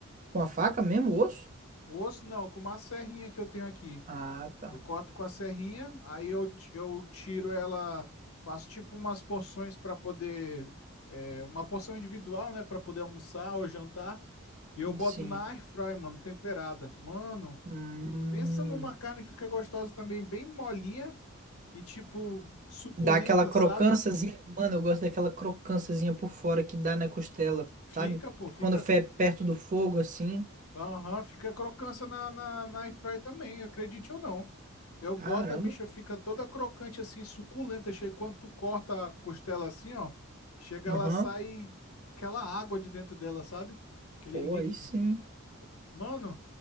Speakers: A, on the right; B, on the left.
A: Com a faca mesmo o osso?
B: O osso não, com uma serrinha que eu tenho aqui.
A: Ah, tá.
B: Eu corto com a serrinha, aí eu, ti- eu tiro ela, faço tipo umas porções para poder, é, uma porção individual, né, para poder almoçar ou jantar, e eu boto
A: Sim.
B: na air fry, mano, temperada. Mano,
A: Hum.
B: pensa numa carne que fica gostosa também, bem molinha e tipo suculenta,
A: Dá aquela crocânciazinha.
B: sabe?
A: Mano, eu gosto daquela crocânciazinha por fora que dá na costela,
B: Fica,
A: sabe?
B: pô, fica.
A: Quando foi perto do fogo, assim.
B: Aham, fica crocância na, na, na air fry também, acredite ou não. Eu boto,
A: Caramba.
B: a bicha fica toda crocante assim, suculenta. Chega, quando tu corta a costela assim, ó, chega,
A: Aham.
B: ela sai aquela água de dentro dela, sabe? Aquele
A: Pô,
B: líquido.
A: aí sim.
B: Mano,